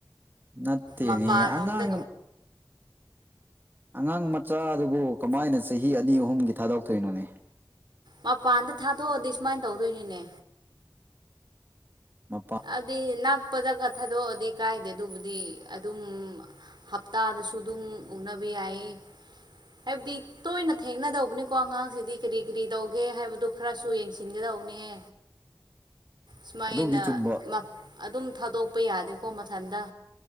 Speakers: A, on the right (about 25°); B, on the right (about 65°).
A: ꯅꯠꯇꯦꯅꯦ
B: ꯃꯄꯥꯟꯂꯣꯝꯗ
A: ꯑꯉꯥꯡ ꯑꯉꯥꯡ ꯃꯆꯥꯗꯨꯕꯨ ꯀꯃꯥꯏꯅ ꯆꯍꯤ ꯑꯅꯤ ꯑꯍꯨꯝꯒꯤ ꯊꯥꯗꯣꯛꯇꯣꯏꯅꯣꯅꯦ
B: ꯃꯄꯥꯟꯗ ꯊꯥꯗꯣꯛꯑꯗꯤ ꯁꯨꯃꯥꯏꯟ ꯇꯧꯗꯣꯏꯅꯤꯅꯦ
A: ꯃꯄꯥ
B: ꯑꯗꯤ ꯅꯛꯄꯗꯒ ꯊꯥꯗꯣꯛꯑꯗꯤ ꯀꯥꯏꯗꯦ ꯑꯗꯨꯕꯨꯗꯤ ꯑꯗꯨꯝ ꯍꯞꯇꯥꯗꯁꯨ ꯑꯗꯨꯝ ꯎꯅꯕ ꯌꯥꯏꯌꯦ ꯍꯥꯏꯕꯗꯤ ꯇꯣꯏꯅ ꯊꯦꯡꯅꯗꯧꯕꯅꯦꯀꯣ ꯑꯉꯥꯡꯁꯤꯗꯤ ꯀꯔꯤ ꯀꯔꯤ ꯗꯧꯒꯦ ꯍꯥꯏꯕꯗꯨ ꯈꯔꯁꯨ ꯌꯦꯡꯁꯤꯟꯒꯗ ꯗꯧꯅꯦꯍꯦ ꯁꯨꯃꯥꯏꯅ
A: ꯑꯗꯨꯕꯨꯗꯤ ꯆꯨꯝꯕ
B: ꯃꯞ ꯑꯗꯨꯝ ꯊꯥꯗꯣꯛꯄ ꯌꯥꯗꯦꯀꯣ ꯃ ꯊꯟꯗ